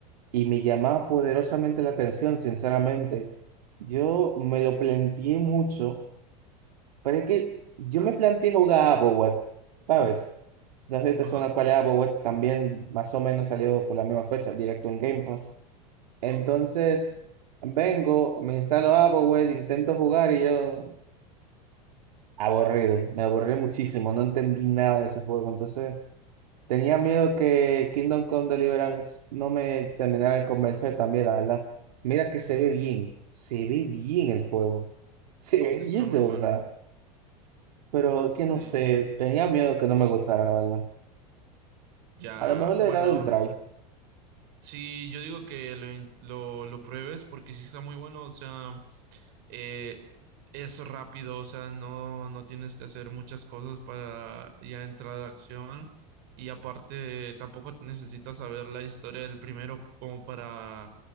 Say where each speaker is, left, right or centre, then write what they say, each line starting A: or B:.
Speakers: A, on the right; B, on the right.
A: y me llamaba poderosamente la atención, sinceramente. Yo me lo planteé mucho, pero es que yo me planteé jugar a Abowat, ¿sabes? No sé si te
B: ajá.
A: suena cuál es Abowat, también más o menos salió por la misma fecha, directo en Game Pass. Entonces, vengo, me instalo AppleWare, intento jugar y yo aburrido, me aburrí muchísimo, no entendí nada de ese juego. Entonces, tenía miedo que Kingdom Come Deliverance no me terminara de convencer también, la verdad. Mira que se
B: ujú,
A: ve bien, se ve bien el juego, se ve
B: Está
A: bien
B: muy
A: de
B: bueno.
A: verdad, pero
B: Sí.
A: que no sé, tenía miedo que no me gustara, la verdad.
B: Ya,
A: A lo mejor le
B: bueno.
A: daría un try.
B: Sí, yo digo que lo, in- lo, lo pruebes porque sí está muy bueno, o sea, eh, es rápido, o sea, no, no tienes que hacer muchas cosas para ya entrar a la acción y aparte tampoco necesitas saber la historia del primero como para